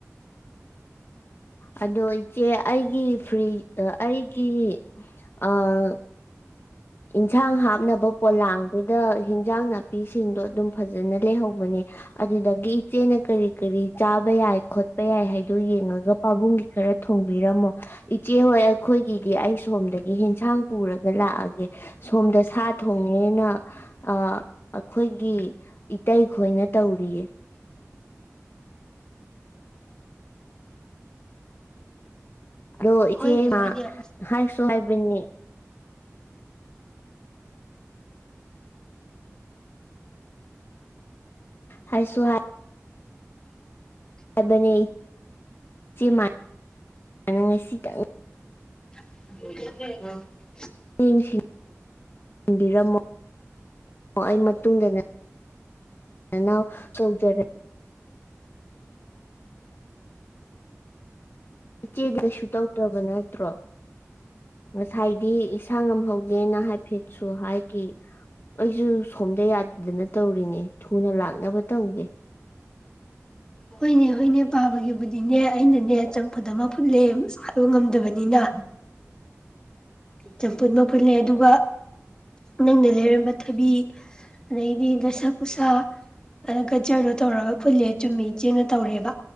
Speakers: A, on the left (about 45°); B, on the left (about 15°).
A: ꯑꯗꯣ ꯏꯆꯦ ꯑꯩꯒꯤ ꯐꯔ꯭ꯤ ꯑꯩꯒꯤ ꯑꯥ ꯏꯟꯁꯥꯡ ꯍꯞꯅꯕ ꯄꯣꯂꯥꯜꯗꯨꯗ ꯍꯤꯟꯖꯥꯡ ꯅꯥꯄꯤꯁꯤꯡꯗꯣ ꯑꯗꯨꯝ ꯐꯖꯅ ꯂꯩꯍꯧꯕꯅꯤ ꯑꯗꯨꯗꯒꯤ ꯏꯆꯦꯅ ꯀꯔꯤ ꯀꯔꯤ ꯆꯥꯕꯥ ꯌꯥꯏ ꯈꯣꯠꯄꯥ ꯌꯥꯏ ꯍꯥꯏꯗꯨ ꯌꯦꯉꯒꯥ ꯄꯥꯕꯨꯡꯒꯤ ꯈꯔꯥ ꯊꯣꯡꯕꯤꯔꯝꯃꯣ ꯏꯆꯦꯍꯣꯏ ꯑꯈꯣꯏꯒꯤꯗꯤ ꯑꯩ ꯁꯣꯝꯗꯒꯤ ꯍꯤꯟꯁꯥꯡ ꯄꯨꯔꯒ ꯂꯥꯛ ꯑꯒꯦ ꯁꯣꯝꯗ ꯁꯥ ꯊꯣꯡꯅꯦꯅ ꯑꯥ ꯑꯈꯣꯏꯒꯤ ꯏꯇꯩꯈꯣꯏꯅ ꯇꯧꯔꯤꯌꯦ ꯑꯗꯣ
B: ꯍꯣꯏꯅꯦ
A: ꯏꯆꯦ <unintelligible>
B: ꯍꯣꯏꯅꯦ
A: <unintelligible> <unintelligible> ꯍꯥꯏꯁꯨ ꯍꯥꯏ <unintelligible> ꯏꯆ‌ꯦꯝꯃ ꯉꯁꯤꯗꯪ
B: <unintelligible>
A: <unintelligible> ꯑꯩ ꯃꯇꯨꯡꯗꯅꯦ <unintelligible> ꯏꯆꯦ ꯀꯩꯁꯨ ꯇꯧꯗ꯭ꯔꯕ ꯅꯠꯇ꯭ꯔꯣ ꯉꯁꯥꯏꯗꯤ ꯏꯁꯥ ꯉꯝꯍꯧꯗꯦꯅ ꯍꯥꯏꯐꯦꯠꯁꯨ ꯍꯥꯏꯒꯤ ꯑꯩꯖꯨ ꯁꯣꯝꯗ ꯌꯥꯗꯗꯅ ꯇꯧꯔꯤꯅꯦ ꯊꯨꯅ ꯂꯥꯛꯅꯕ ꯇꯧꯒꯦ꯫
B: ꯍꯣꯏꯅꯦ ꯍꯣꯏꯅꯦ ꯄꯥꯕꯒꯤꯕꯨꯗꯤꯅꯦ ꯑꯩꯅꯅꯦ ꯆꯝꯐꯨꯠ ꯑꯃ ꯐꯨꯠꯂꯦ ꯏꯁꯥꯗꯣ ꯉꯝꯗ꯭ꯔꯕꯅꯤꯅ꯫ ꯆꯝꯐꯨꯠ ꯑꯃ ꯐꯨꯠꯂꯦ ꯑꯗꯨꯒ ꯅꯪꯅ ꯂꯩꯔꯝꯕ ꯊꯕꯤ ꯑꯗꯩꯗꯤ ꯗꯁꯥ ꯀꯨꯁꯥ ꯑꯗꯨ ꯒꯖ꯭ꯔꯗꯣ ꯇꯧꯔꯒ ꯐꯨꯠꯂꯦ ꯆꯨꯝꯅ ꯏꯆꯦꯅ ꯇꯧꯔꯤꯕ